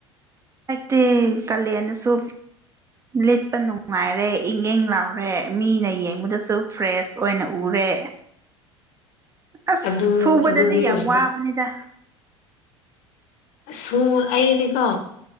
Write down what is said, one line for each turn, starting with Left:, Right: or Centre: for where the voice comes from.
Right: ꯍꯥꯏꯛꯇꯤ ꯀꯥꯂꯦꯟꯗꯁꯨ ꯂꯤꯠꯄ ꯅꯨꯡꯉꯥꯏꯔꯦ ꯏꯪ ꯏꯪ ꯂꯥꯎꯔꯦ ꯃꯤꯅ ꯌꯦꯡꯕꯗꯁꯨ ꯐ꯭ꯔꯦꯁ ꯑꯣꯏꯅ ꯎꯔꯦ ꯑꯁ
Left: ꯑꯗꯨ
Right: ꯁꯨꯕꯗꯗꯤ
Left: ꯑꯗꯨꯗꯤ ꯑꯣꯏꯕ
Right: ꯌꯥꯝ ꯋꯥꯕꯅꯤꯗ
Left: ꯁꯨ ꯑꯩꯗꯤꯀꯣ